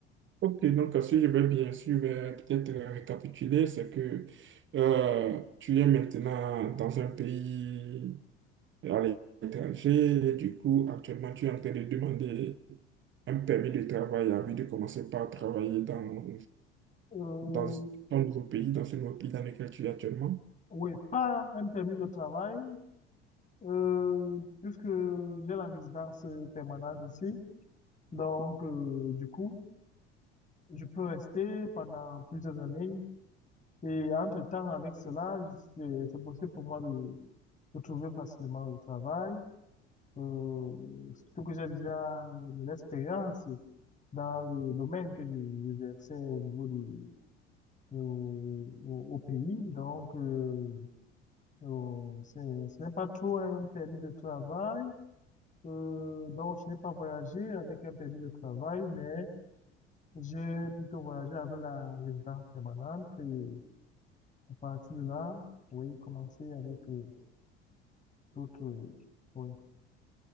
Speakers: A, on the right; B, on the left.
A: Ok, donc à je vais bien sûr euh, peut-être euh, récapituler, c'est que euh, tu es maintenant dans un pays à l'étranger, et du coup actuellement tu es en train de demander un permis de travail envie de commencer par travailler dans,
B: Euh,
A: dans ton nouveau pays, dans ce nouveau pays dans lequel tu es actuellement.
B: oui, pas un permis de travail, euh, puisque j'ai la résidence permanente ici. Donc, euh, du coup, Je peux rester pendant plusieurs années et entre-temps, avec cela, c'est c'est possible pour moi de, de trouver facilement le travail, euh, surtout que j'ai déjà de l'expérience dans le domaine que je- j'exerçais au niveau du, au, au- au pays. Donc, euh, euh, c'est- ce n'est pas trop un permis de travail. Euh, donc, je n'ai pas voyagé avec un permis de travail, mais j'ai plutôt voyagé avec la résidence permanente. Et À partir de là, oui, commencer avec euh, d'autres, euh, oui,